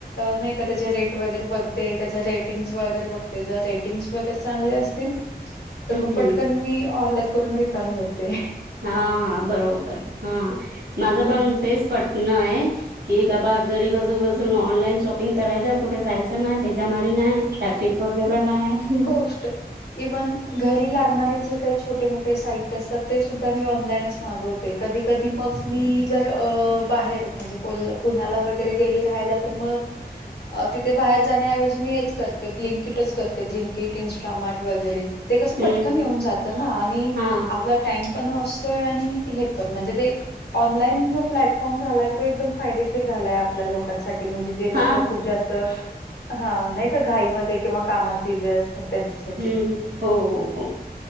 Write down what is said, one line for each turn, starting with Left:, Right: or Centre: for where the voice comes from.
Left: नाही त्याचे रेट वगैरे बघते, त्याच्या रेटिंग्स वगैरे बघते, जर रेटिंग्स वगैरे चांगले असतील, तर मग
Right: हम्म
Left: पटकन मी ऑर्डर करून रिकामी होते.
Right: हा बरोबर हा, माझं
Left: हम्म
Right: पण तेच पटण आहे. कि बाबा घरी बसून बसून ऑनलाईन शॉपिंग करायच कुठे जायच नाही, ढजा मारी नाही, ट्राफिक वगैरे नाही.
Left: कष्ट. इव्हन घरी लागणारे जे काही छोटे मोठे साहित्य असतात ते सुद्धा मी ऑनलाईनच मागवते. कधी कधी मग, मी जर बाहेर म्हणजे कोल्हा पुण्याला वगैरे गेली राहायला मग तिथे बाहेर जाण्याऐव जे म्हणजे मी हेच करते ब्लिंकिटच करते, ब्लिंकिट इंस्टामार्ट वगैरे ते कसं
Right: हम्म
Left: पटकन येऊन जातं ना? आणि
Right: हा
Left: आपला टाइम पण वाचतोय आणि हे पण म्हणजे ते एक ऑनलाईन जो प्लॅटफॉर्म झालाय तो एकदम फायदेशीर झालाय आपल्या लोकांसाठी म्हणजे? जे लोक
Right: हा
Left: खूप जास्त, हा नाही का? घाईमध्ये किंवा कामात बिझी असतात त्यांच्यासाठी.
Right: हम्म हो हो हो.